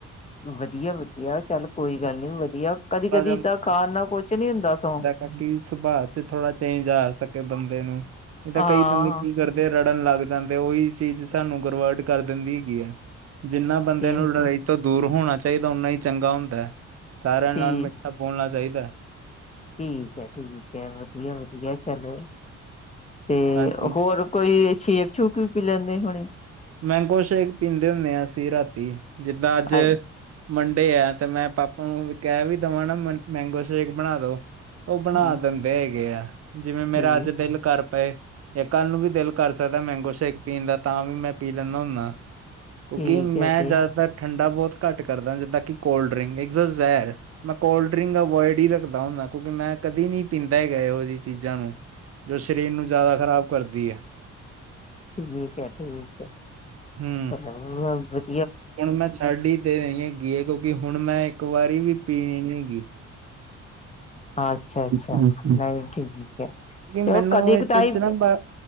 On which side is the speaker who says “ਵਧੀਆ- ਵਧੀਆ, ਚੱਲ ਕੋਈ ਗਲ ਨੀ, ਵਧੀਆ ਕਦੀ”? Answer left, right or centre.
Left